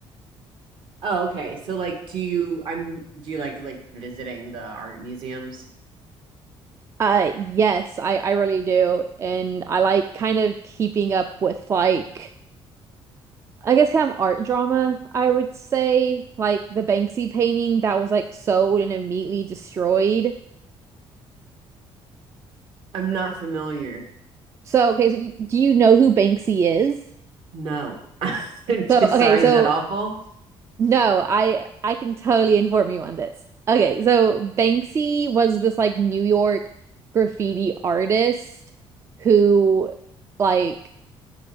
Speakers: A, on the right; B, on the right.
A: Oh, okay. So like do you I'm do you like like visiting the art museums?
B: Uh yes, I I really do. And I like kind of keeping up with like I guess kind of art drama, I would say, like the Banksy painting that was like sold and immediately destroyed.
A: I'm not familiar.
B: So, okay, so y- do you know who Banksy is?
A: No. <laughs>
B: So,
A: Sorry,
B: okay, so
A: is that awful?
B: no, I I can totally inform you on this. Okay, so Banksy was this like New York graffiti artist who like